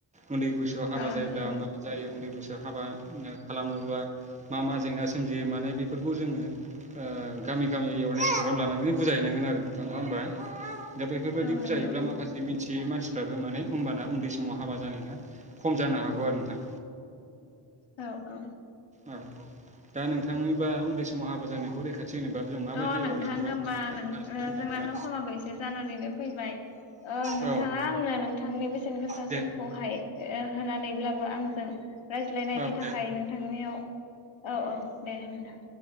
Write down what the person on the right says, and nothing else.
उन्दै बैसोआव हाबा
जायोब्ला
मा जायो उन्दै बैसोआव हाबा खालामोब्ला मा मा जेंना सोमजियो माने बेफोरखौ जोङो गामि गामि एवारनेस प्रग्राम लानानै बुजाय हैयनांगोन आरो नोंथाङा नङा होमबा। दा बेफोर बायदि
बुजाय
हैब्ला
माखासे मिथियै मानसिफ्राबो माने होनबाना उन्दै समाव हाबा जानाया खम जानो हागौ आरो नोंथां।
औ दा नोंथांनिबा उन्दै समाव हाबा जानायखौ रैखाथि होनोबा जों माबायदि
एवारनेस प्रग्राम
खालामनांगोन नोंथाङा एसे फोरमायनो
हागोन ना
औ
दे
औ दे